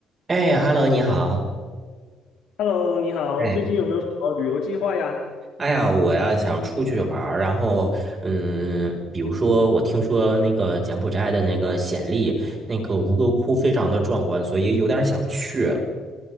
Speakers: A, on the right; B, on the left.
A: 哎，Hello，你好。
B: Hello，你好，
A: 哎，
B: 最近有没有什么旅游计划呀？
A: 哎呀，我要想出去玩儿，然后，嗯，比如说，我听说那个柬埔寨的那个暹粒，那个吴哥窟非常的壮观，所以有点儿想去。